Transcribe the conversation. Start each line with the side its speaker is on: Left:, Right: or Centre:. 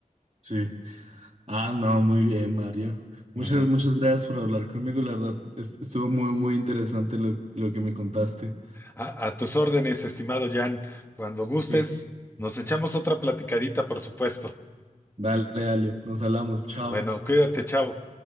Right: Sí. Ah, no, muy bien, Mario. Muchas,
Left: Ujú.
Right: muchas gracias por hablar conmigo, la verdad, es- estuvo muy, muy interesante lo, lo que me contaste.
Left: A, a tus órdenes, estimado Jan. Cuando gustes,
Right: Sí.
Left: nos echamos otra platicadita, por supuesto.
Right: Dale, dale, nos hablamos, chao.
Left: Bueno, cuídate, chavo.